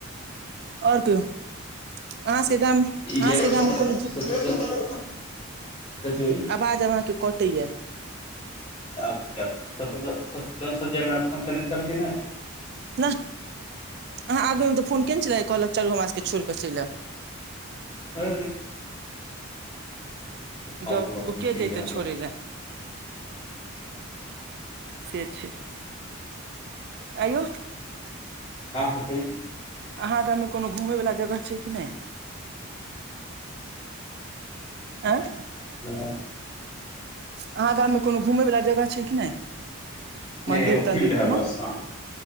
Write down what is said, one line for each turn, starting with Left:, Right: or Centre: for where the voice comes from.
Right: आओर कहियौ अहाँसभके गाम अहाँसभके
Left: ई जे सतु-
Right: गाममे कोनो जु
Left: सतु- कथी
Right: आवाज अहाके कटय या
Left: आब जेत शत्रुन स फोन कने छल कि नहि
Right: नहि अहाँ आगूए मे तऽ फोन केने छलै कहलक चलू हमर सभकेँ छोड़ि क चलि आब
Left: हँ फालतू
Right: जब
Left: आदमेी
Right: ओ के
Left: छी
Right: जैते
Left: जा
Right: छोड़ै लए से छै ऐयो
Left: हँ हँ कहियौ
Right: अहाँ गाम में कोनो घूमय वला जगह छै कि नहि ऐअ
Left: ह
Right: अहाँ गाम में कोनो घूमय वला जगह छै कि नहि
Left: नहि
Right: मंदिर
Left: एगोफील्ड
Right: तंदिर
Left: है
Right: कोनो
Left: बस आप